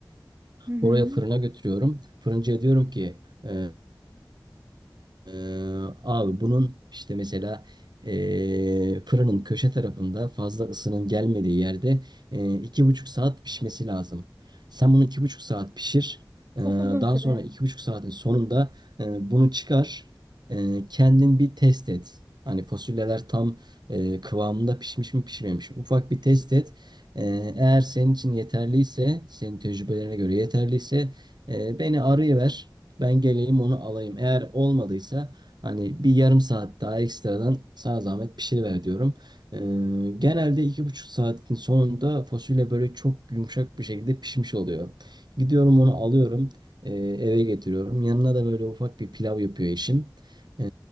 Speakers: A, on the right (about 30°); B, on the right (about 65°).
A: Hı hı.
B: Oraya fırına götürüyorum. Fırıncıya diyorum ki e, ee, abi bunun işte mesela ee, fırının köşe tarafında fazla ısının gelmediği yerde ee, iki buçuk saat pişmesi lazım. Sen bunu iki buçuk saat pişir. Ee,
A: Çok uzun
B: daha
A: süre.
B: sonra iki buçuk saatin sonunda ee, bunu çıkar. Ee, kendin bir test et. Hani fasulyeler tam ee, kıvamında pişmiş mi pişmemiş mi? Ufak bir test et. Ee, eğer senin için yeterliyse, senin tecrübelerine göre yeterliyse ee, beni arayıver. Ben geleyim onu alayım. Eğer olmadıysa hani bir yarım saat daha ekstradan sana zahmet pişiriver diyorum. Ee, genelde iki buçuk saatin sonunda fasulye böyle çok yumuşak bir şekilde pişmiş oluyor. Gidiyorum onu alıyorum e, eve getiriyorum. Yanına da böyle ufak bir pilav yapıyor eşim. Ee,